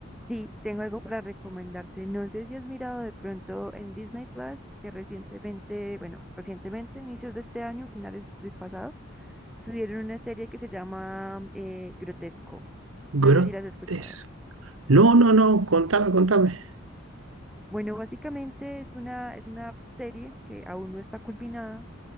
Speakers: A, in the centre; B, on the right.
A: Sí, tengo algo para recomendarte. No sé si has mirado de pronto en Disney Plus, que recientemente, bueno, recientemente, inicios de este año, finales del pasado, subieron una serie que se llama eh, Grotesco.
B: Grotesco.
A: No sé si la has escuchado.
B: No, no, no, contame, contame.
A: Bueno, básicamente es una, es una serie que aún no está culminada.